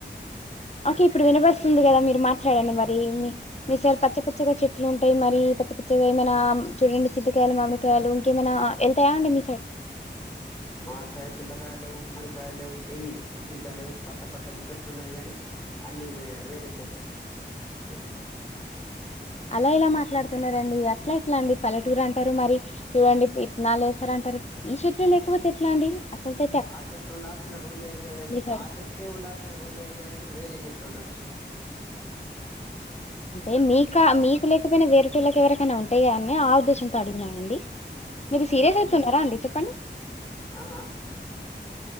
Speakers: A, on the left; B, on the left.
A: ఓకే ఇప్పుడు వినిపిస్తుంది కదా మీరు మాట్లాడండి మరి మీ మీసైడ్ పచ్చపచ్చగా చెట్లు ఉంటాయి. మరి పచ్చ పచ్చగా ఏమైనా చూడండి చింతకాయలు మామి డికాయలు ఇంకేమైనా వెళ్తాయా అండి మీ సైడ్
B: మాసైడ్ చింతకాయలు లేవు, మామిడికాయలు లేవు, ఏయిలేవు, ఉసిరికాయలు లేవు. పచ్చ పచ్చని చెట్లు ఉన్నాయి. కానీ అన్నీ వేరే చెట్లు ఉన్నాయి.
A: అలా ఎలా మాట్లాడుతున్నారండి అట్లా ఎట్లా అండి పల్లెటూరు అంటారు మరి. చూడండి విత్తనాలు వేశారు అంటారు. ఈ చెట్లు లేకపోతే ఎట్లా అండి అసలు తె
B: ఆ చెట్లు ఉండాల్సిన రూల్ లేదు కదాండి.
A: సైడ్
B: ఆ చెట్లే ఉండాల్సిన రూల్ లేదు కదండీ వేరే చెట్లు ఉండొచ్చు.
A: అంటే మీకా మీకు లేకపోయినా వేరెటోళ్ళకి ఎవరికైనా ఉంటయ్ కదా అన్ని ఆ ఉద్దేశం త్తగ అడిగినానండి మీరు సీరియస్
B: ఏమండి
A: అయితున్నారా
B: మా
A: అండి చెప్పండి
B: ఆ ఆ